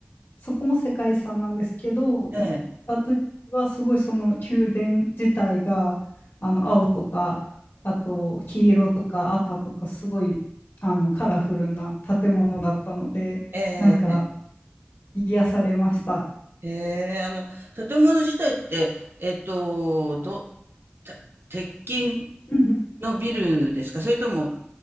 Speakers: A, on the left; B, on the right.
A: そこも世界遺産なんですけど、行った時はすごいその宮殿自体があの青とか、
B: ええ、
A: あと黄色とか赤とかすごいあのカラフルな建物だったので、
B: ええ、
A: なんか
B: ええ。
A: 癒されました。
B: へえ、あの、建物自体って、えっと、ど、た鉄筋
A: うんうん
B: のビルですかそれとも、